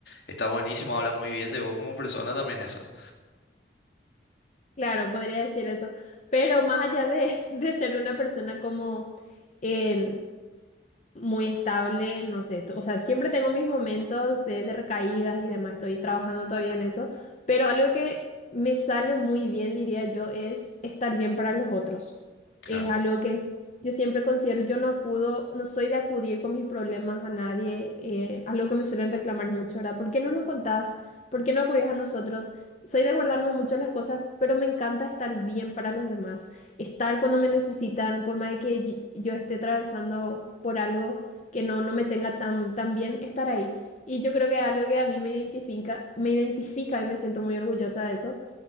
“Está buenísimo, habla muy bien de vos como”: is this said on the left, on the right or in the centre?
Left